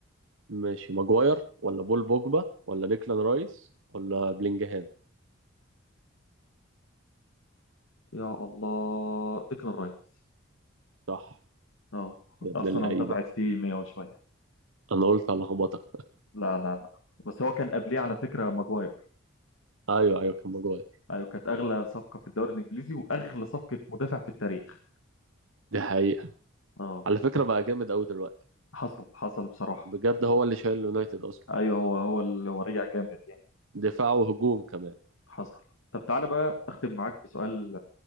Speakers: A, on the right; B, on the left.
A: ماشي ماجواير ولا بول بوجبا ولا ديكلان رايس ولا بلينجهام
B: يا الله ديكلان رايس
A: صح
B: اه
A: يا ابن
B: ارسنال
A: اللعيبه
B: دفعت فيه 100 وشويه
A: انا قلت هلخبطك
B: لا لا لا بس هو كان قبليه على فكره ماجواير
A: ايوه ايوه كان ماجواير
B: ايوه كانت اغلى صفقه في الدوري الانجليزي واغلى صفقه مدافع في التاريخ
A: دي حقيقه
B: اه
A: على فكره بقى جامد قوي دلوقتي
B: حصل حصل بصراحه
A: بجد هو اللي شايل اليونايتد اصلا
B: ايوه هو هو اللي هو رجع جامد يعني
A: دفاع وهجوم كمان
B: حصل طب تعالى بقى اختم معاك بسؤال